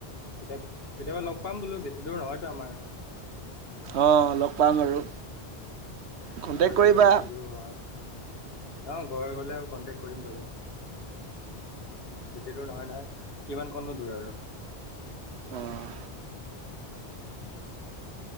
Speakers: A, on the left; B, on the right.
A: কেতিয়া কেতিয়াবা লগ পাম বোলো বেছি দূৰ নহয়তো আমাৰ।
B: অঁ লগ পাম আৰু। কন্টেক
A: ওচৰতে
B: কৰিবা
A: হয় বেছি দূৰো হয় হয় ন অ ঘৰ গলে কণ্টেক্ট কৰিম বাৰু। বেছি দূৰ নহয় নহয় কিমান কোন নো দূৰ আৰু।
B: অ'